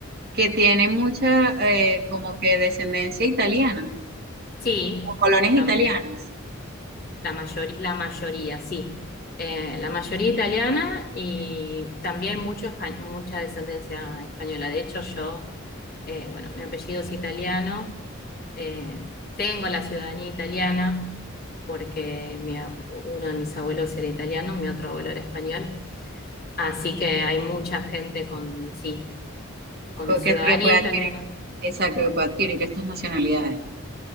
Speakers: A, on the right (about 50°); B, on the left (about 45°).
A: que tiene mucha eh, como que descendencia italiana,
B: Sí,
A: o colonias
B: la-
A: italianas,
B: La mayor- la mayoría, sí. Eh, la mayoría italiana y también mucho, espa- mucha descendencia española. De hecho, yo, eh, bueno, mi apellido es italiano, eh, tengo la ciudadanía italiana porque mi a- uno de mis abuelos era italiano, mi otro abuelo era español. Así que hay mucha gente con, sí, con
A: co-
B: ciudadanía
A: que, que puede
B: italiana.
A: adquirir, exacto, que puede adquirir estas nacionalidades.